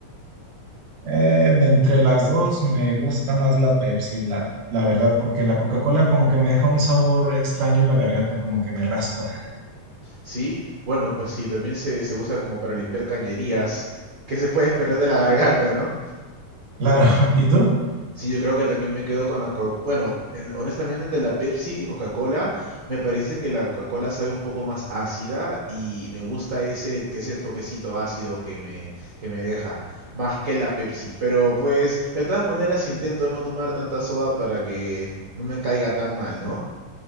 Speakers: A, on the right (about 85°); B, on the right (about 60°).
A: Eh, de entre las dos me gusta más la Pepsi, la, la verdad, porque la Coca-Cola como que me deja un sabor extraño en la garganta, como que me raspa.
B: Sí, bueno, pues sí, también se, se usa como para limpiar cañerías. ¿Qué se puede esperar de la garganta, no?
A: Claro, <laughs> ¿y tú?
B: Sí, yo creo que también me quedo con la co- Bueno, en- honestamente de la Pepsi y Coca-Cola, me parece que la Coca-Cola sabe un poco más ácida y me gusta ese, ese toquecito ácido que me, que me deja, más que la Pepsi. Pero pues, de todas maneras intento no tomar tanta soda para que no me caiga tan mal, ¿no?